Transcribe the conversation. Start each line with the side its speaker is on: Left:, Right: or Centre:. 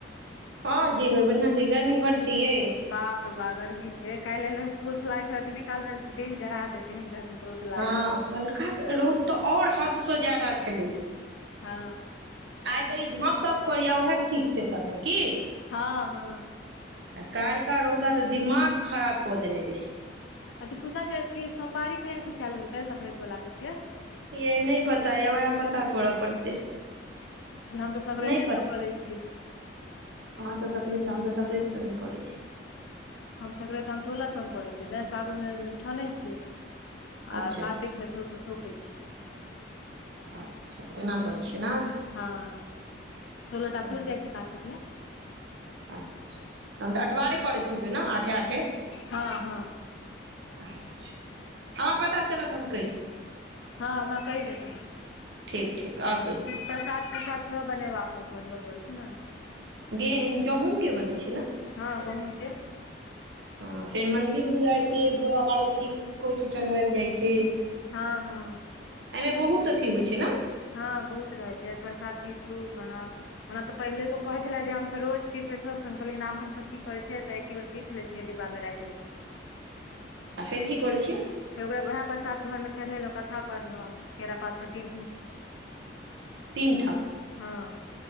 Right: हँ जे होय बढ़ियाआं छै गर्मी बड्ड छै ये
Left: बाप रू बा गर्मी छै काल्हबएल इसकुल छल त भी काल में देह जढ़ा देते हन गर्मी रौद लागै
Right: हँ
Left: छै
Right: कलकाके रौद तऽ आओर हदसँ ज्यदा छलै
Left: हँ
Right: आइ तऽ ई झाँप ताँप करिय उएह ठीक छै समय की
Left: हँ हँ
Right: आ काल्का रहौदा तऽ दिमाग खराब कऽ देने रहै
Left: अथी पूछल जेी सोमवारी कहिं से चालू हेतै सक्रंत वला सबके
Right: यह नहि पता य वएह पता करऽ पड़तै
Left: हम तऽ सक्रते
Right: नहि पता
Left: सभ करै छियै
Right: <unintelligible>
Left: हम संक्राति हम सोल स मे करे छियै ने साबुन ठाने छीियै
Right: अच्छा
Left: आ कातिक स संपै छी
Right: अच्छा एना करे छै ने
Left: हँ सोलह टापुर
Right: हँ
Left: जाइ छै कातिक मे
Right: अच्छा तहन तऽ अठबारे करैत हेतै ने आठे आठे
Left: हँ हँ
Right: अच्छा हमरा पता चलत तऽ हम कहि देब
Left: हँ हम कहि देत
Right: ठीक ठीक आर कहियौ
Left: प्रसाद त्रसाद सेहो बने बा बनबै पड़ै छै ने
Right: गे गहूँंम के बनबै छै ने
Left: हँ गहूँमके
Right: हँ फेर मंदिर मे जाइ छै भोला पार्वती के किछु चढ़ायल जाइ छै
Left: हँ हँ
Right: एमे बहुत अथि होइ छै ने
Left: हँ बहुत रहैत छै परसाद पिरसू बना ओना तऽ पहिले लोक कहैत छलै जे हमसभ रोज पियै छियै सभ संग लेकिन आब हमसभ कीै करै छियै तऽ एके बेर पीस लै छियै डिब्बा मे राइख लै छी
Right: आ फेर की करै छै
Left: फेर उएह प्रसाद घरमे चढ़ेलहुँ कथा पढ़लहुँ केरा पात पर टीन
Right: तीन ठाम
Left: हँ